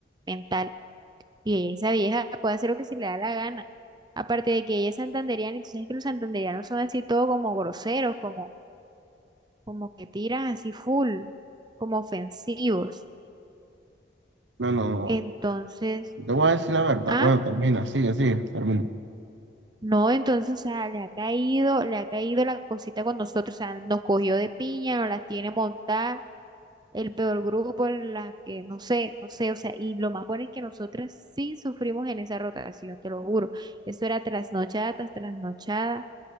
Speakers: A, on the right (about 25°); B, on the right (about 80°).
A: mental. Y ella, esa vieja puede hacer lo que se le da la gana. Aparte de que ella es santanderiana, entonces es que los santanderianos son así todo como groseros, como, como que tiran así full, como ofensivos.
B: No, no, no.
A: Entonces,
B: Yo te voy a decir la verdad.
A: ah,
B: Bueno, termina, sigue, sigue, termina.
A: no, entonces, o sea, le ha caído, le ha caído la cosita con nosotros, o sea, nos cogió de piña, nos las tiene montadas el peor grupo, las que no sé, no sé, o sea, y lo más bueno es que nosotras sí sufrimos en esa rotación, te lo juro. Eso era trasnochada tras trasnochada.